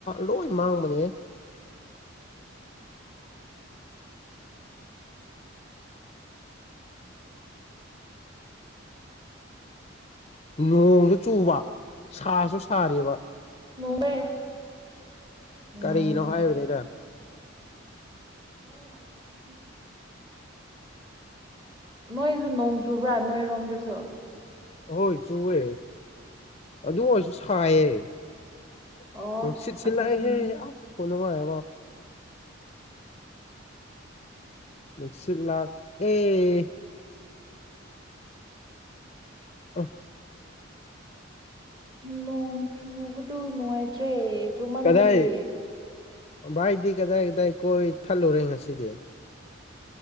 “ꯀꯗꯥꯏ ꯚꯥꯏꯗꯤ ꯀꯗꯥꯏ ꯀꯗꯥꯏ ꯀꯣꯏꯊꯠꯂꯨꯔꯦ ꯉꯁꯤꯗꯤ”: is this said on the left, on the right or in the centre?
Left